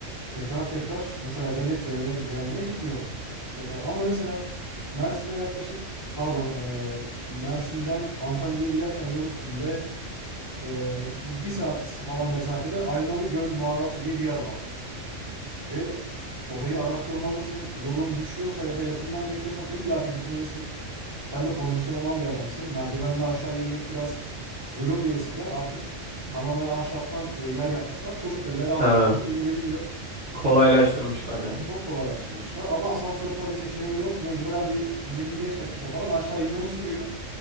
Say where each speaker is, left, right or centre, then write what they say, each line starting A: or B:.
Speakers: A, on the right; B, on the right.
A: Tekrar tekrar mesela cennet cehenneme, cehenneme gitmiyorum. Tekrar. Ama mesela Mersin'e yaklaşık pardon e, Mersin'den Antalya'ya giderken yol üstünde e, bir saat falan mesafede Aynalı Göl Mağarası diye bir yer var. Ve orayı araştırmalısın. Yolun düşüyorsa ya da yakından geçiyorsan illaki gitmelisin. Sen de kondisyon olan bir adamsın. Merdivenden aşağı yemek biraz zulümdü eskiden. Artık tamamen ahşaptan e, yer yapmışlar. Çocuk da bile rahat
B: Ha,
A: bir şekilde inilebiliyor.
B: kolaylaştırmışlar yani.
A: Çok kolaylaştırmışlar ama asansör tabii seçeneği yok. Mecburen bir 25 dakika falan aşağı inmen sürüyor.